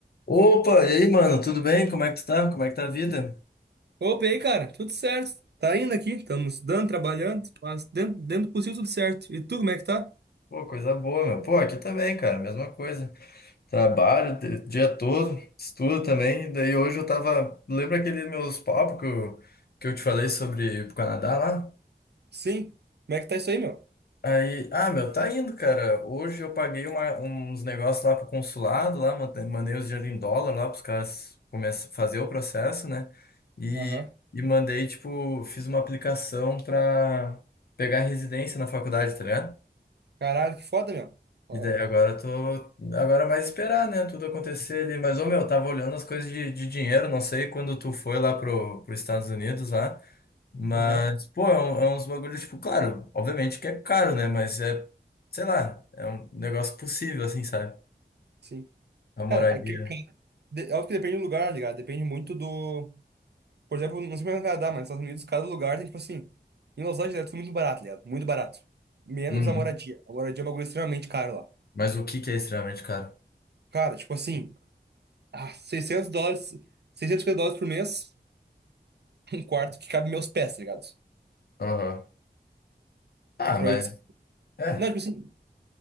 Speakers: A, on the left (about 60°); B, on the right (about 70°).
A: Opa, e aí, mano, tudo bem? Como é que tu tá? Como é que tá a vida?
B: Opa, e aí, cara, tudo certo? Tá indo aqui, estamos estudando, trabalhando, mas dentro, dentro do possível tudo certo. E tu, como é que tá?
A: Pô, coisa boa, meu. Pô, aqui também, cara, mesma coisa. Trabalho o dia todo, estudo também. E daí hoje eu tava. Lembra aqueles meus papos que eu, que eu te falei sobre ir pro Canadá lá?
B: Sim. Como é que tá isso aí, meu?
A: Aí, ah, meu, tá indo, cara. Hoje eu paguei uma- uns negócios lá pro consulado, lá, mante- mandei os dinheiro em dólar lá pros caras começar fazer o processo, né? E,
B: Aham.
A: e mandei, tipo, fiz uma aplicação pra pegar residência na faculdade, tá ligado?
B: Caralho, que foda, meu. Ó,
A: E daí agora eu tô. Agora é mais esperar, né? Tudo acontecer ali. Mas, ô meu, eu tava olhando as coisas de, de dinheiro, não sei quando tu foi lá pro, pros Estados Unidos lá. Mas,
B: Aham,
A: pô, é, um- é uns bagulho, tipo, claro, obviamente que é caro, né? Mas é, sei lá, é um negócio possível, assim, sabe?
B: sim.
A: A moradia.
B: Cara, é que é ca- de- é óbvio que depende do lugar, tá ligado? Depende muito do. Por exemplo, não sei como é no Canadá, mas nos Estados Unidos, cada lugar tem, tipo assim. Em Los Angeles é tudo muito barato, tá ligado? Muito barato. Menos
A: Uhum.
B: a moradia. A moradia é um bagulho extremamente caro lá.
A: Mas o que que é extremamente caro?
B: Cara, tipo assim, ah, 600 dólares, 650 dólares por mês, <laughs> um quarto que cabe meus pés, tá ligado?
A: Aham. Ah,
B: Pra
A: mas.
B: 800.
A: É,
B: Não, tipo assim,